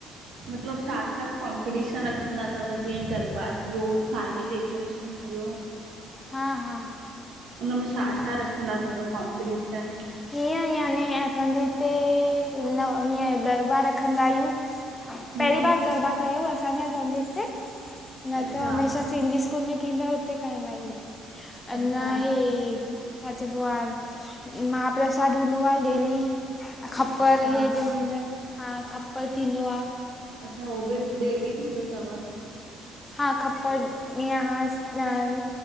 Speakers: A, on the right; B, on the left.
A: मतलब छा-छा कॉम्पटीशन रखंदा तव! जीअ गरब़ा थियो, थ़ाली डेकोरेशन थियो।
B: हा-हा
A: उनमें छा-छा रखंदा तव कॉम्पटीशन?
B: कीअ याने! असांजे इते न हीअ गरब़ा रखंदा आयू।
A: हम्म
B: पेऱी बार गरब़ा कयो असां ने असां जे इते, न
A: अच्छा
B: त हमेशा सिंधी स्कूल में थींदा हुते कंदा ईन, अञां
A: अच्छा अच्छा
B: हे छा चऐंबो आह, महाप्रसाद हूंदो आ डेली। ख़प्पर
A: अच्छा
B: हे जे हूंदा आऐन, हां ख़प्पड़ थींदो आ।
A: अच्छा हो बि डेली थींदो तव!
B: हा ख़प्पड़ निहास नाल्